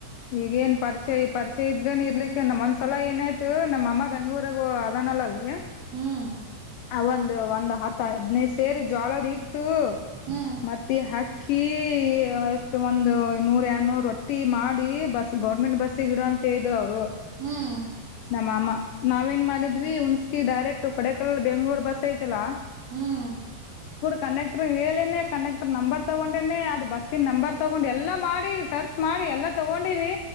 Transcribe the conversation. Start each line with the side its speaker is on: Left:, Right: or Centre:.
Left: ಈಗೇಏನ್ ಪರಿಚಯ ಪರಿಚಯ ಇದ್ರೇನ್ ಇರ್ಲಿಕ್ಕೆ ನಮ್ಮೊಂದ್ಸಲ ಏನಾಯ್ತು ನಮ್ಮಅಮ್ಮ ಬೆಂಗ್ೂರಗ ಅದ. ನಲ್ಲಾಾಲೇ.
Right: ಹ್ಮ್.
Left: ಅವ ಒಂದ್ ಒಂದ್ ಹತ್ತ ಹದ್ನೈದು ಸೇರಿ ಜೋಳದ ಇಟ್ಟು
Right: ಹ್ಮ್
Left: ಮತ್ತೆ ಹಾಕಿ. ಕೀ ಎಷ್ಟು ಒಂದು ನೂರ್ ಎರಡ್ನೂರು ರೊಟ್ಟಿ ಮಾಡಿ. ನೋಡಿ ಬಸ್ ಗೌರ್ಮೆಂಟ್ ಬಸ್ಗಿಡ ಅಂತ ಹೇಳಿದರು ಅವರು.
Right: ಹ್ಮ್
Left: ನಮ್ಮ ಮಾಮ ನಾವೇನ್ ಮಾಡಿದ್ವಿ ಹನ್ಸ್ಕಿ ಡೈರೆಕ್ಟ್ ಕೊಡಕಾಲ ಬೆಂಗ್ಳೂರ್ ಬಸ್ ಅಯೈತಲಾ.
Right: ಹ್ಮ್.
Left: ಕಂಡಕ್ಟರ್ ಹೇಳೇನೆ ಕಂಡಕ್ಟರ್ ನಂಬರ್ ತಗೊಂಡೇನೆ ಅದು ಬಸ್ಸಿನ ನಂಬರ್ ತಗೊಂಡು ಎಲ್ಲ ಮಾಡಿ ಸರ್ಚ್ ಮಾಡಿ. ಎಲ್ಲ ತಗೊಂಡಿವಿ